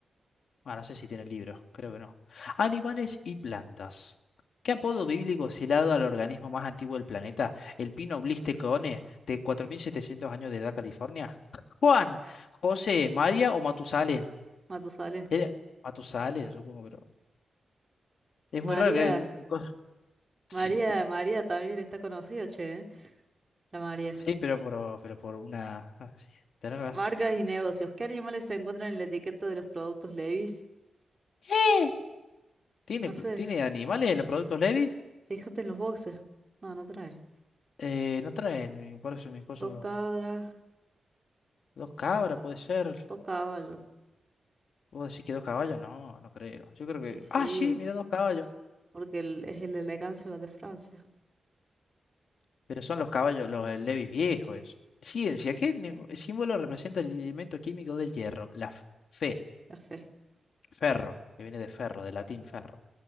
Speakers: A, on the left; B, on the right.
A: Ah, no sé si tiene libro, creo que no. Animales y plantas. ¿Qué apodo bíblico se le ha dado al organismo más antiguo del planeta? ¿El pino blistecone de 4.700 años de edad, California? Juan, José, María o Matusalén.
B: Matusalén.
A: Era Matusalén, supongo, pero es
B: María,
A: muy raro que un co- <laughs> Sí,
B: María, María también está conocida, che, ¿eh? La María.
A: sí, pero por, pero por una... ah, sí, tenés razón.
B: Marcas y negocios. ¿Qué animales se encuentran en la etiqueta de los productos Levi's?
A: ¿Eh? ¿Tiene,
B: No sé,
A: tiene animales en los productos Levi?
B: fíjate en los boxes. No, no trae.
A: Eh, no traen, por eso mis cosas...
B: Dos cabras,
A: Dos cabras, puede ser.
B: dos caballos.
A: ¿Vos decís que dos caballos? No, no creo. Yo creo que.
B: Y sí,
A: Ah, sí, mira dos caballos.
B: porque el- es el elegancia la de Francia,
A: Pero son los caballos, los eh, Levis viejos. eso. Ciencia, ¿qué ne- símbolo representa el elemento químico del hierro? La f- fe,
B: la fe,
A: ferro, que viene de ferro, de latín ferro.